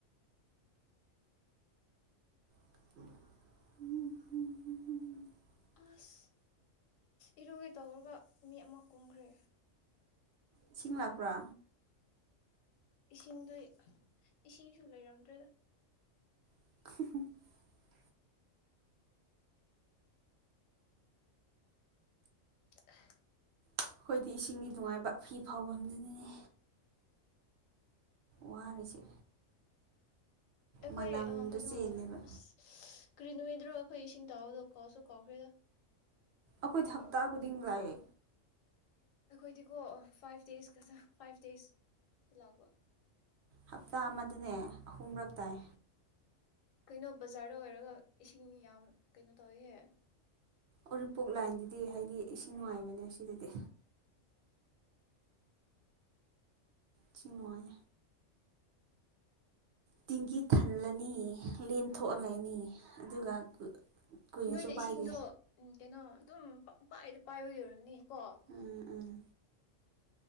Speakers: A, on the right; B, on the left.
A: ꯎꯝꯝ
B: ꯑꯁ ꯏꯔꯨꯒꯦ ꯇꯧꯔꯒ ꯃꯤ ꯑꯃ ꯀꯨꯝꯈ꯭ꯔꯦ
A: ꯏꯁꯤꯡ ꯂꯥꯛꯄ꯭ꯔꯥ
B: ꯏꯁꯤꯡꯗꯨ ꯏꯁꯤꯡꯁꯨ ꯂꯩꯔꯝꯗ꯭ꯔꯦꯗ
A: <unintelligible>
B: <unintelligible>
A: ꯑꯩꯈꯣꯏꯗꯤ ꯏꯁꯤꯡꯒꯤ ꯅꯨꯡꯉꯥꯏꯕ ꯐꯤ ꯐꯥꯎꯕꯗꯨꯅꯅꯦ ꯋꯥꯔꯤꯁꯦ
B: ꯑꯩꯈꯣꯏ
A: ꯃꯅꯝꯗꯣ
B: ꯀꯩꯅꯣ
A: ꯆꯦꯜꯂꯦꯕ
B: ꯑs ꯀ꯭ꯔꯤꯅꯅꯣꯏꯗ꯭ꯔꯣ ꯑꯩꯈꯣꯏ ꯏꯁꯤꯡ ꯇꯥꯎꯑꯣꯗꯣ ꯀꯥꯎꯁꯨ ꯀꯥꯎꯈ꯭ꯔꯦꯗ
A: ꯑꯩꯈꯣꯏꯗ ꯍꯞꯇꯥ ꯈꯨꯗꯤꯡ ꯂꯥꯛꯑꯦ
B: ꯑꯩꯈꯣꯏꯗꯤꯀꯣ ꯐꯥꯏꯚ ꯗꯦꯖꯀꯖꯥ ꯐꯥꯏꯚ ꯗꯦꯖ ꯇꯥꯂꯛꯄ
A: ꯍꯞꯇꯥ ꯑꯃꯗꯅꯦ ꯑꯍꯨꯝꯔꯛ ꯇꯥꯏ
B: ꯀꯩꯅꯣ ꯕꯖꯥꯔꯗ ꯑꯣꯏꯔꯒ ꯏꯁꯤꯡ ꯌꯥꯝ ꯀꯩꯅꯣ ꯇꯧꯋꯤꯍꯦ
A: ꯎꯔꯤꯄꯣꯛ ꯂꯥꯏꯟꯗꯨꯗꯤ ꯍꯥꯏꯗꯤ ꯏꯁꯤꯡ ꯅꯨꯡꯉꯥꯏꯕꯅꯦ ꯁꯤꯗꯗꯤ ꯆꯤꯡꯃꯣꯏ ꯇꯦꯡꯒꯤ ꯊꯜꯂꯅꯤ ꯂꯦꯝꯊꯣꯛꯍꯜꯂꯅꯤ ꯑꯗꯨꯒ ꯀꯨꯏꯅꯁꯨ
B: ꯅꯣꯏꯅ
A: ꯄꯥꯏꯗꯦ
B: ꯏꯁꯤꯡꯗꯣ ꯎ ꯀꯩꯅꯣ ꯑꯗꯨꯝ ꯄꯪ ꯄꯥꯏꯗꯣ ꯄꯥꯏꯕ ꯌꯧꯔꯅꯤ ꯀ
A: ꯎꯝ ꯎꯝ